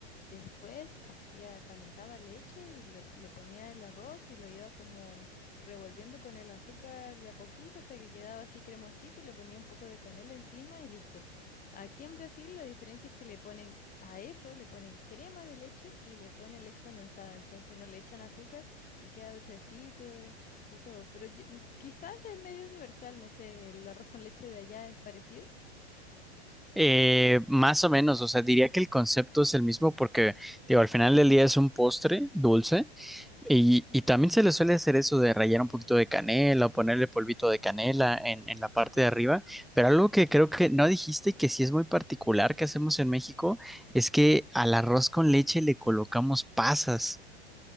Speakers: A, on the left; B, in the centre.
A: Después hacía, calentaba leche y le, le ponía el arroz y lo iba como revolviendo con el azúcar de a poquito hasta que quedaba así cremosito, le ponía un poco de canela encima y listo. Aquí en Brasil la diferencia es que le ponen a eso, le ponen crema de leche y le ponen leche condensada, entonces no le echan azúcar y queda dulcecito, eh y todo, pero yo- mm, quizás es medio universal, no sé, el arroz con leche de allá es parecido.
B: Eh, más o menos, o sea, diría que el concepto es el mismo porque, digo, al final del día es un postre dulce y, y también se le suele hacer eso de rallar un poquito de canela o ponerle polvito de canela en, en la parte de arriba, pero algo que creo que no dijiste y que sí es muy particular que hacemos en México es que al arroz con leche le colocamos pasas.